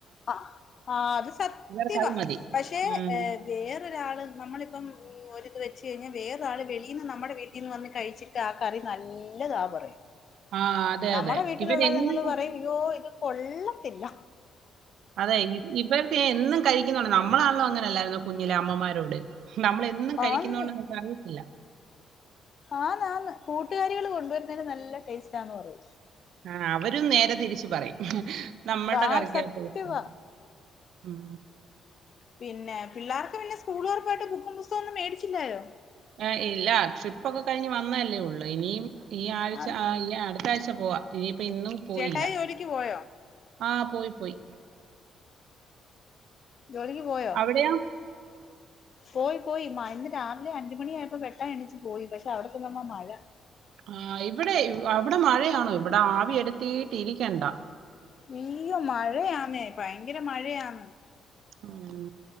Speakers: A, on the left; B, on the right.
A: അഹ് ആഹ് അത് സത്യവാ
B: ഇവർക്ക് അത് മതി
A: പക്ഷെ
B: ഉം
A: വേറൊരാള് നമ്മളിപ്പം ഒര് ഇത് വെച്ച് കഴിഞ്ഞാ വേറൊരാള് വെളീന്ന് നമ്മടെ വീട്ടിന്ന് വന്ന് കഴിച്ചിട്ട് ആ കറി നല്ലതാ പറയും.
B: ആ അതെ
A: നമ്മടെ
B: അതെ
A: വീട്ടിലുള്ളത്ങ്ങള്
B: ഇവരെന്നും
A: പറയും ഇയ്യോ ഇത് കൊള്ളത്തില്ല.
B: അതെ ഇ ഇപ്പഴെക്കെ എന്നും കഴിക്ക്യുന്നുണ്ട് നമ്മളാണല്ലോ അങ്ങനെല്ലായിര്ന്നെ കുഞ്ഞിലെ അമ്മമാരോട് നമ്മ്ള് എന്നും കഴിക്ക്യിന്നോണ്ട്
A: ആന്ന്
B: നമ്ക്ക് അറിയത്തില്ല.
A: ആന്ന് ആന്ന് കൂട്ടുകാരികള് കൊണ്ടുവരുന്നേന് നല്ല ടേസ്റ്റാന്ന് പറയും.
B: ആഹ് അവരും നേരെ തിരിച്ചു പറയും നമ്മൾടെ
A: ആ
B: കറിക്കാ
A: സത്യവാ
B: ടേസ്റ്റെന്ന്. ഉം
A: പിന്നെ പിള്ളാർക്ക് പിന്നെ സ്കൂളൊർകായിട്ട് ബുക്കും പുസ്തകം ഒന്നും മേടിച്ചില്ലായോ
B: ഏ ഇല്ല ട്രിപ്പ് ഒക്കെ കഴിഞ്ഞ് വന്ന അല്ലേ ഒള്ള് ഇനിയിം ഈ ആഴ്ച
A: ആ
B: ആഹ് ഈ അട് ത്താഴ്ച പോവാ ഇനിയിപ്പ ഇന്നും പോയില്ല.
A: ചേട്ടായി ജോലിക്ക് പോയോ
B: ആഹ് പോയി പോയി.
A: ജോലിക്ക് പോയോ
B: അവിടെയോ
A: പോയി പോയി മഴ് ഇന്ന് രാവിലെ അഞ്ചു മണി ആയപ്പോ പെട്ടെന്ന് എണീച്ച് പോയി പക്ഷെ അവിടെചെന്നപ്പ മഴ
B: ആ ഇവിടെ അവിടെ മഴയാണോ ഇവിടെ ആവി എടുത്തീട്ടി രിക്കണ്ട
A: ഈയോ മഴയാന്നേ ഭയങ്കര മഴയാന്ന്
B: മ്